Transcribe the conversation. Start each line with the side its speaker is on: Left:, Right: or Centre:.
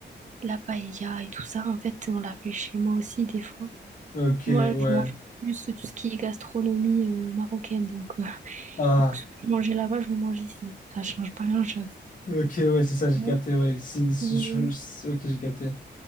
Right: la paella et tout ça. En fait, on l'a fait chez moi aussi des fois.
Left: Ok,
Right: Moi,
Left: ouais.
Right: je mange plus tout ce qui est gastronomie euh, marocaine. Donc, euh, <laughs>
Left: Ah,
Right: donc, ce que je mangeais là-bas, je le mange ici. Ça change pas grand-chose.
Left: ok, ouais, c'est ça, j'ai
Right: Ouais.
Left: capté, ouais. Si, si-
Right: Euh,
Left: je- ok, j'ai capté.